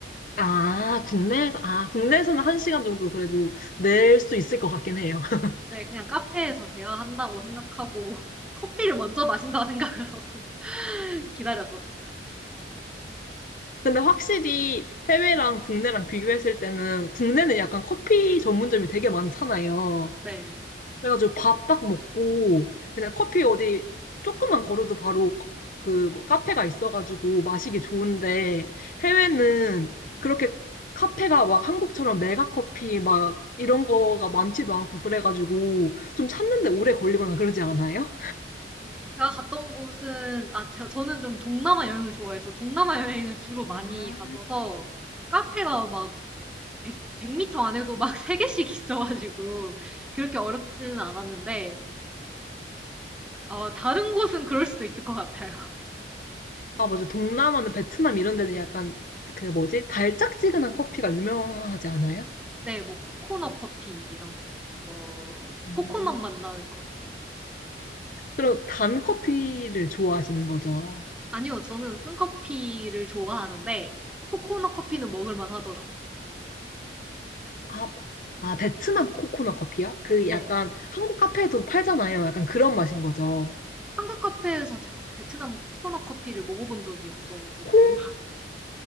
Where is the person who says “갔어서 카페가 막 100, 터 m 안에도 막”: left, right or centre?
Centre